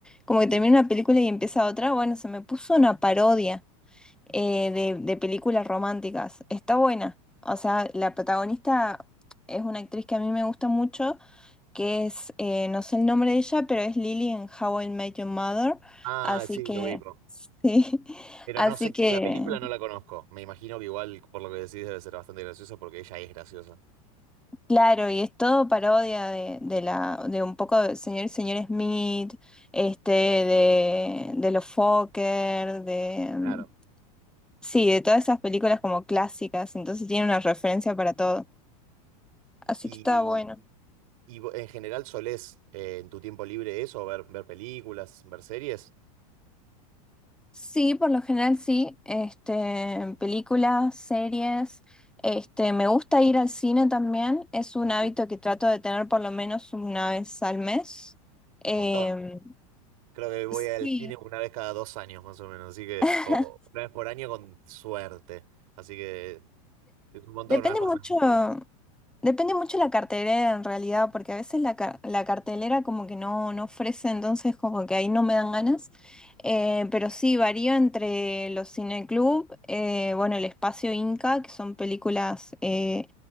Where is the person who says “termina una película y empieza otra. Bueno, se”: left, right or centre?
Centre